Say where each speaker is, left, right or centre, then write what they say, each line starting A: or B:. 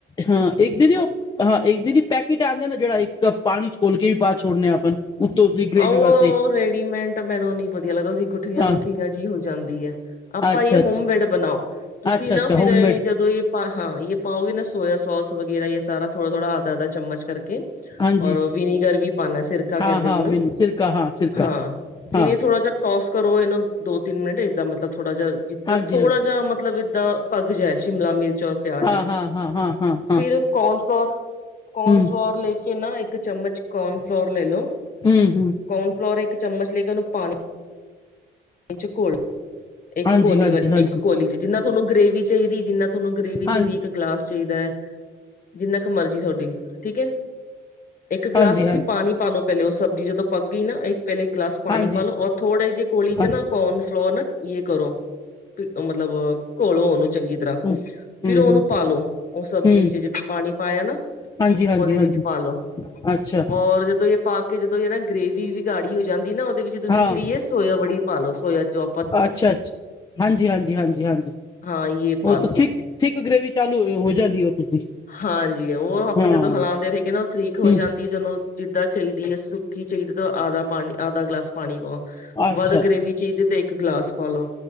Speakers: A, on the left (about 20°); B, on the left (about 45°).
A: ਹਾਂ, ਇੱਕ ਦੀਦੀ ਉਹ ਹਾਂ, ਇੱਕ ਦੀਦੀ ਪੈਕਟ ਆਉਂਦੇ ਨਾ ਜਿਹੜਾ ਇੱਕ ਪਾਣੀ 'ਚ ਖੋਲ ਕੇ ਵੀ ਪਾ ਛੋੜਨੇ ਆ ਆਪਾਂ। ਉੱਤੋਂ ਉਸਦੀ ਗ੍ਰੇਵੀ
B: ਉਹ
A: ਵਾਸਤੇ
B: ਰੇਡੀਮੇਟ ਮੈਨੂੰ ਇਨੀ ਵਧੀਆ ਲੱਗਦਾ ਉਹਦੀ ਗੁੱਠੀਆਂ-
A: ਹਾਂ
B: ਗੁਠੀਆਂ ਹੋ ਜਾਂਦੀ ਹੈ। ਆਪਾਂ
A: ਅੱਛਾ
B: ਇਹ
A: ਅੱਛਾ
B: ਹੋਮਵਡ ਬਣਾਓ। ਤੁਸੀਂ
A: ਅੱਛਾ
B: ਨਾ
A: ਅੱਛਾ
B: ਫਿਰ
A: ਹੋਮਮੇਡ
B: ਇਹ ਜਦੋਂ ਇਹ ਹਾਂ, ਇਹ ਪਾਓਗੇ ਨਾ ਸੋਇਆ ਸੋਸ ਵਗੈਰਾ ਇਹ ਸਾਰਾ ਥੋੜਾ- ਥੋੜਾ ਅ -ਆਧਾ -ਅੱਧ ਚਮਚ ਕਰਕੇ ਔਰ
A: ਹਾਂਜੀ
B: ਵਿਨੀਗਰ ਵੀ ਪਾਉਣਾ, ਸਿਰਕਾ ਕਹਿੰਦੇ
A: ਹਾਂ ਹਾਂ
B: ਜਿਹਨੂੰ
A: ਵਿਨ ਸਿਰਕਾ ਹਾਂ ਸਿਰਕਾ
B: ਹਾਂ। ਫਿਰ
A: ਹਾਂ
B: ਇਹ ਥੋੜਾ ਜਹਾ ਟੋਸ ਕਰੋ ਇਹਨੂੰ ਦੋ ਤਿੰਨ ਮਿੰਟਏਦਾਂ ਮਤਲਬ ਥੋੜਾ ਜਿ ਜਿੱਦਾਂ
A: ਹਾਂਜੀ
B: ਥੋੜਾ
A: ਹਾਂਜੀ
B: ਜਿ ਮਤਲਬ ਦਾ ਪਗਜ ਹੈ ਸ਼ਿਮਲਾ ਮਿਰਚ ਔਰ ਪਿਆਜ
A: ਹਾਂ ਹਾਂ ਹਾਂ ਹਾਂ ਹਾਂ ਹਾਂ
B: ਫਿਰ ਕੋਨ ਫਲੋਰ, ਕੋਨ
A: ਹਮ
B: ਫਲੋਰ ਲੈ ਕੇ ਨਾ ਇੱਕ ਚਮਚ ਕੋਨ ਫਲੋਰ ਲੈ ਲੋ।
A: ਹਮ -ਹਮ।
B: ਕੋਨ ਫਲੋਰ ਇੱਕ ਚਮਚ ਲੈ ਗੇ। ਉਹਨੂੰ ਪਾਣੀ 'ਚ ਘੋਲ ਇੱਕ
A: ਹਾਂਜੀ
B: ਕੋਲੀ
A: ਹਾਂਜੀ
B: ਵ
A: ਹਾਂਜੀ
B: ਇੱਕ ਕੋਲੀ 'ਚ ਜਿੰਨਾ ਤੁਹਾਨੂੰ ਗਰੇੇਵ ਚਾਹੀਦੀ ਜਿੰਨਾ ਤੁਹਾਨੂੰ ਗ੍ਰਰੇਵੀ ਚਾਹੀਦੀ
A: ਹਾਂ
B: ਹੈ। ਇੱਕ ਗਲਾਸ ਚਾਹੀਦਾ ਹੈ। ਜਿੰਨਾ ਕੁ ਮਰਜ਼ੀ ਤੁਹਾਡੀ ਠੀਕ ਹੈ। ਇੱਕ
A: ਹਾਂਜੀ
B: ਗਿਲਾਸ ਤੁਸੀਂ
A: ਹਾਂਜੀ
B: ਪਾਣੀ ਪਾ ਲਓ ਪਹਿਲੇ ਉਹ ਸਬਜ਼ੀ ਜਦੋਂ ਪੱਕ ਗਈ ਨਾ। ਇੱਕ ਪਹਿਲੇ ਗਲਾਸ ਪਾਣੀ
A: ਹਾਂਜੀ
B: ਪਾਲੋ। ਔਰ ਥੋੜੇ ਜਿਹੇ ਕੋਲੀ
A: ਹਾਂ
B: ਚ'
A: ਹਮ
B: ਨਾ ਕੋਨ ਫਲੋਰ ਨਾ, ਯ ਕੋਲੀ ਮਤਲਬ ਘੋਲ ਹੋ ਨੂੰ। ਚੰਗੀ ਤਰ੍ਹਾਂ,
A: ਹਮ ਹਮ
B: ਫੇਰ ਉਹਨੂੰ
A: ਹਮ
B: ਪਾਲੋ। ਉਹ ਸਬਜ਼ੀ
A: ਹਮ
B: ਵਿੱਚ ਜੇਦ ਪਾਣੀ ਪਾਇਆ ਨਾ।
A: ਹਾਂਜੀ ਹਾਂਜੀ
B: ਉਹਦੇ
A: ਹਾਂਜੀ
B: ਵਿੱਚ ਪਾਲੋ।
A: ਅੱਛਾ
B: ਔਰ ਜਦੋਂ ਪਾ ਕੇ ਜਦੋਂ ਇਹ ਨਾ ਗ੍ਰੇਵੀ ਵੀ ਗਾੜੀ ਹੋ ਜਾਂਦੀ ਨਾ ਉਹਦੇ ਵਿੱਚ ਤੁਸੀਂ
A: ਹਾਂ
B: ਫਿਰ ਸੋਇਆ ਬੜੀ ਪਾ ਲਓ, ਸੋਇਆ ਚੋਂ। ਆਪ
A: ਅੱਛਾ -ਅੱਛਾ। ਹਾਂਜੀ- ਹਾਂਜੀ -ਹਾਂਜੀ -ਹਾਂਜੀ
B: ਹਾਂ ਯੇ
A: ਉਹ
B: ਪਾ ਲੋ
A: ਤਾਂ ਠੀਕ। ਠੀਕ ਗ੍ਰਰੇਵੀ ਚਾਲੂ ਹੋ ਜਾਂਦੀ ਹੋ। ਤੁਸੀਂ
B: ਹਾਂਜੀ। ਉਹ ਆਪਾਂ
A: ਹਾਂ
B: ਜਦੋਂ ਹਿਲਾਉਂਦੇ ਰਹੇ ਗ ਨਾ ਉਹ ਠੀਕ ਹੋ
A: ਹਮ
B: ਜਾਂਦੀ। ਜਦੋਂ ਜਿੱਦਾਂ ਚਾਹੀਦੀ ਹੈ ਸੁੱਕੀ ਚਾਹੀਦੀ ਤਾਂ ਆਧਾ ਪਾਣੀ, ਆਧਾ ਗਲਾਸ ਪਾਣੀ ਪਾਓ।
A: ਅੱਛਾ
B: ਵੱਧ
A: ਅੱਛਾ
B: ਗ੍ਰਰੇਵੀ ਚੀਜ਼ ਤੇ ਇੱਕ ਗਲਾਸ ਪਾਲੋ।